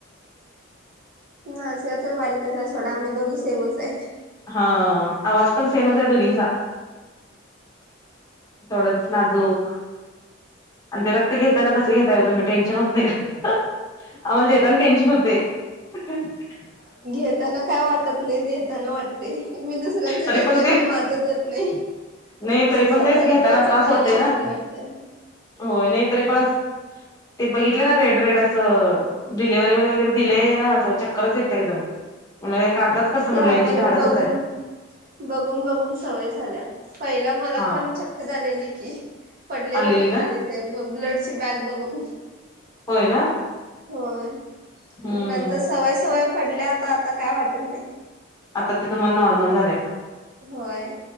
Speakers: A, on the right; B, on the left.
A: नाजिया तर बारीकच आहे सोडा आम्ही दोघी सेमच आहे.
B: हा आवाज पण सेमच आहे दोघींचा. तेवढंच नाजूक आणि ते रक्त घेताना कसं घेताय ओ तुम्ही टेन्शन होत नाही का आम्हाला देेताना टेन्शन होतंय. <unintelligible>
A: घेताना काय वाटत नाही देताना वाटतंय मी दुसऱ्यांचं
B: तरी
A: घेते
B: ते
A: पण माझं देत नाही
B: नाही तरी पण
A: स्वतःला
B: ते असं घेताना
A: टोचून
B: त्रास
A: घ्यायला
B: होतोय ना
A: भीती वाटते.
B: होय नाही तरी पण असं ते बघितल ना रेड-रेड असं डिलीवारी मध्ये वगैरे दिलय ना असं चक्करच येत्या एकदम लयं काढतात कसं
A: ते
B: म्हणलं
A: आम्हाला
B: यांची धाडसच
A: बघून
B: आहे
A: बघून बघून सवय झाल्या पहिला मला
B: हा
A: पण चक्क कर आलेली की पडलेलो
B: आलेली
A: की
B: ना
A: खाली ते ब ब्लडची बॅग बघून.
B: होय ना.
A: होय नंतर
B: हम्म
A: सवय सवय पडल्या आता आता काय वाटत नाही.
B: आता ते तुम्हाला नॉर्मल झालंय का?
A: होय.